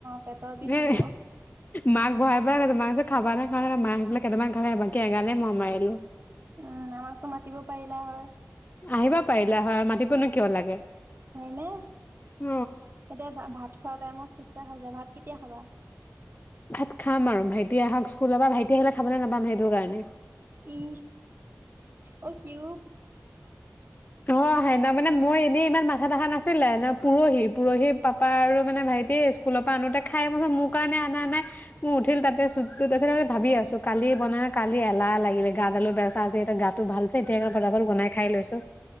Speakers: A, on the right (about 45°); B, on the left (about 35°).
A: পেটৰ বিষ হ'ব।
B: এ মাক বহাই পৰা মাক খাবা না কাৰে মাহ স পেলাক কেইামান খালে বাকী এগালে মই মাৰিলো
A: উম আমাকতো মাতিব পাৰিলা হয়।
B: আহিবা পাৰিলা হয় মাতিবনো কিয় লাগে
A: হয়নে
B: অ
A: এতিয়া ভাত। খোৱা টাইমত খোজকাঢ়া যায় ভাত কেতিয়া খাবা
B: ভাত খাম আৰু ভাইটি আহক স্কুলৰ পৰা ভাইটি আহিলে খাবলৈ নাপাম সেইটো কাৰণে।
A: ই অ কি <inaudible>
B: অ' হেনা মানে মই এনেই ইমান মাথা দেখা নাছিলো আছিলে ন পৰহি পৰহি পাপা আৰু মানে ভাইটি স্কুলৰ পৰা আনোতে খাই মচোন মোৰ কাৰণে অনা নাই মোৰ উঠিল তাতে চুটো তাৰ পিছত মি ভাবি আছো কালি বনাইাই কালি এলাহ লাগিলে গা আলু বেচা আ গাটো ভাল হৈচে এতিয়া আকৌ পতাপত বনাই খাই লৈছো